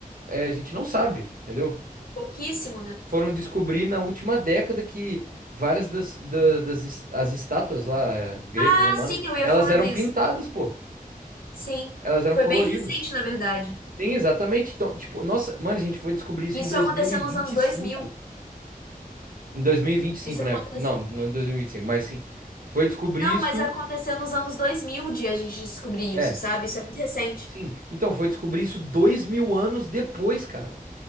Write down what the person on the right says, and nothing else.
é, a gente não sabe, entendeu?
Foram descobrir na última década que várias das, da- das, es- as estátuas lá, é, greco-romanas,
elas
eram
pintadas, pô.
Elas eram
coloridas.
Sim, exatamente. Então, tipo, nossa, mano, a gente foi descobrir isso
em 2025.
Em 2025,
né?
Não, não em 2025, mas sim. Foi descobrir
isso.
É,
sim. Então, foi descobrir isso dois mil anos depois, cara.